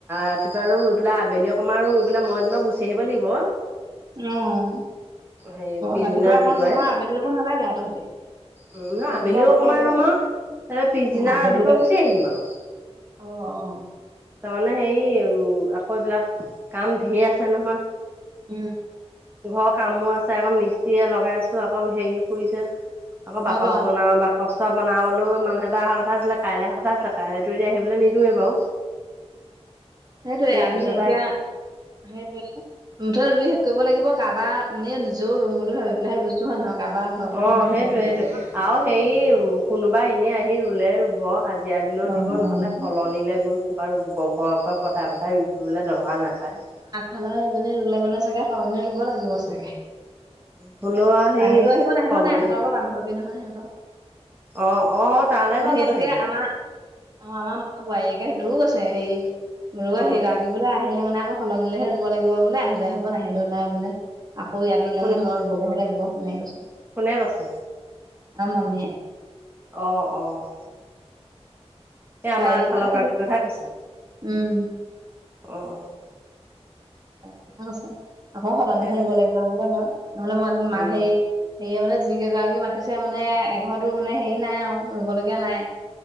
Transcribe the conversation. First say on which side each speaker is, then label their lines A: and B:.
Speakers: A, on the right; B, on the right.
A: ৰাতিপুৱা ৰুম, ৰুই পেলাই আবেলি অ আমাৰো ৰুই পেলায় মই যেনিবা গুচি আহিব লাগিব।
B: অ' <unintelligible>
A: সেই পিছদিনা
B: ৰাতিপুৱা
A: ৰাতিপুৱাই
B: অকল ৰুম আ আবেলি ৰুব নালাগে আ তহঁতি।
A: উম, ন
B: ৰাতিপুৱা
A: আবেলিও
B: অকমান
A: অকনমান ৰুম আও <unintelligible> পিছদিনা
B: আবেলি
A: ৰাতিপুৱা গুচি আহিম আও।
B: অ', অ'।
A: তামানে হেই, উম আকৌ এইবিলাক কাম ধেই আছে নহয়।
B: উম।
A: ঘ কামো আছে, আকৌ মিস্ত্ৰীয়ে লগাইছোঁ। আকৌ হেই ফুইছে। আকৌ
B: হয়
A: বাকচ
B: বাৰু
A: বনাওঁ বা <unintelligible> বনাবলৈও মানুহ এটা আহা কথা আছিলে। কাইলে আহা কথা আছিলে। কাইলেতো এতিয়া আহিবলৈ নিদোৱে বাও।
B: হেটোৱে আমি
A: পিছতে
B: এতিয়া হেটোৱে। <unintelligible> ৰুই শেষ কইব লাগিব। কাবা নি নিজেও ৰুম বুলি ভাবি পেলাইহে ৰুছ ছো হয় নহ? কাবা ভৰষা
A: অ সেইটোৱে সেইটোৱে
B: <unintelligible>
A: আৰু হেৰি, কোনোবা এনেই আহি ৰুলে ৰুব। হাজিৰা দিলেও
B: নাই
A: দিব। নহ'লে কলনিলৈ গৈ ক'ৰবাৰ লোকৰ ঘৰ, ঘৰ পথাই, পথাই ৰুই ফুৰিবলৈ দৰকাৰ নাই পায়।
B: ভালৰ সেইজনী ৰুলে মানে, চাগে সলনি ৰুব লাগিব চাগে।
A: হ'লেও আৰু সেই
B: আহিলে আহিব, নাহিলেও
A: সলনি
B: নাই। সিহঁতৰ আকৌ বান্ধৱী নহয় সিহঁতৰ।
A: অ', অ' তালে যাব
B: সেইটোকে
A: চাগে।
B: আমাৰ অ', আমাৰ মা বোৱাৰীয়েকে সেইটোও আছে। হেৰি
A: অ
B: <unintelligible> <unintelligible> আহিলে মানে আকৌ সলনিলে হে ৰুব লাগিব। বোলে আহিলে আহিব, নাহিলেও নাই বোলে। আকৌ ইয়াত ৰুলে,
A: কোন
B: মানে মই ৰুবগৈহে লাগিব। এনেকে কৈছে।
A: কোনে কৈছে?
B: আম মামিয়ে।
A: অ', অ'। এই
B: চাৰি
A: আমাৰ
B: আলিত
A: আগফালৰ
B: পায়
A: গৰাকীৰ
B: চাগে।
A: কথা কৈছে
B: উম।
A: অ',
B: হয়, থিকেই কৈছে। আকৌ সলনি
A: সেইটোৱে
B: থাকিব লাগিব বোলে মই। নহলে মই মাক
A: উম
B: সেই হেৰি মানে, যি কেইগৰাকী মাতিছে মানে, এঘৰটো মানে হেৰি নাই আৰু। ৰুবলগীয়া নাই।